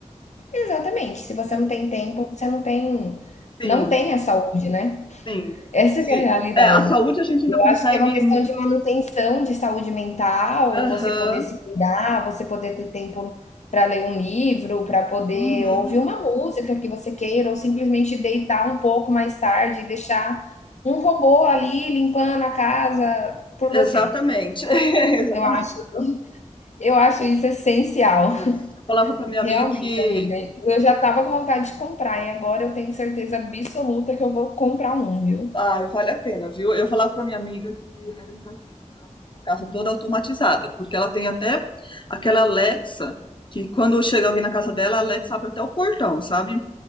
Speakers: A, on the left (about 65°); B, on the left (about 40°).
A: Exatamente. Se você
B: E o-
A: não tem tempo, você não tem,
B: Sim,
A: não tem a saúde, né?
B: sim.
A: Essa
B: Se,
A: que é a realidade.
B: é, a saúde a gente ainda
A: Eu
B: consegue.
A: acho que é uma questão de manutenção de saúde mental,
B: Aham,
A: você poder se cuidar, você poder ter tempo para ler um livro, para poder
B: uhum,
A: ouvir uma música que você queira, ou simplesmente deitar um pouco mais tarde e deixar um robô ali limpando a casa por
B: exatamente.
A: você.
B: <laughs> Exatamente.
A: Eu acho, eu acho isso essencial.
B: É, eu falava pra minha
A: Realmente,
B: amiga que.
A: amiga. Eu já estava com vontade de comprar e agora eu tenho certeza absoluta que eu vou comprar um, viu?
B: Ai, vale a pena, viu? Eu falava pra minha amiga que era exagero dela ter uma casa toda automatizada, porque ela tem até aquela Alexa, que quando chega alguém na casa dela, a Alexa abre até o portão, sabe?